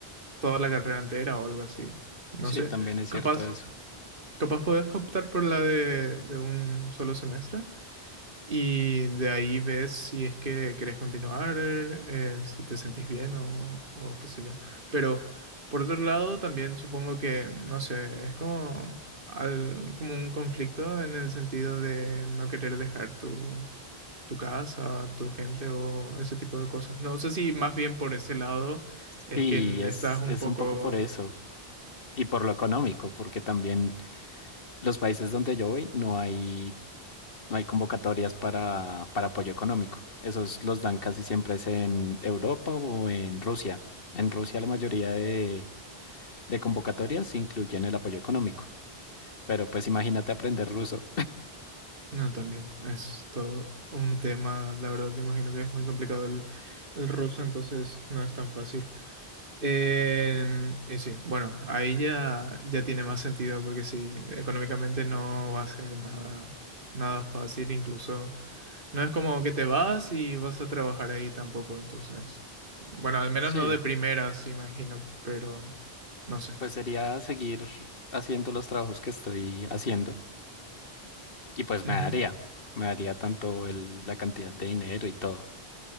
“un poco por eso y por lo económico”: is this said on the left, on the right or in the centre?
Left